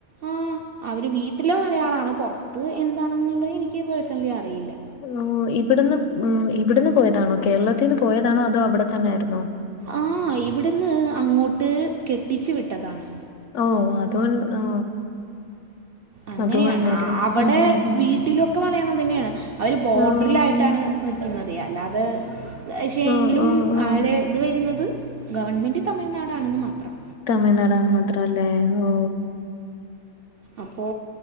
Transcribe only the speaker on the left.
ഓ ഇവ്ട്ന്ന് ഉം ഇവ്ട്ന്ന് പോയതാണോ കേരളത്തിന്ന് പോയതാണോ അതോ അവടെ തന്നായിരുന്നോ
ഓ അത്കൊൺ ഓ
അതുകൊണ്ടായിരിക്കും.
ഉം ഉം ഉം.
ആഹ്.
ഓഹ്
ഓഹ് ഓഹ്.
തമിഴ്നാടാന്ന് മാത്രല്ലേ ഓ